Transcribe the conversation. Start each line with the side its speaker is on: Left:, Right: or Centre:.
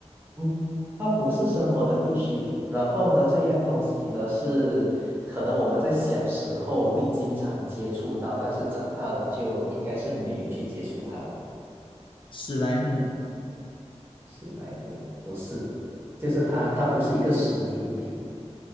Right: 嗯，它不是生活的必需品。然后呢，这样东西呢是可能我们在小时候会经常接触到，但是长大了就应该是没有去接触它了。
Left: 史莱姆
Right: 史莱姆不是，就是它，它不是一个实体物品，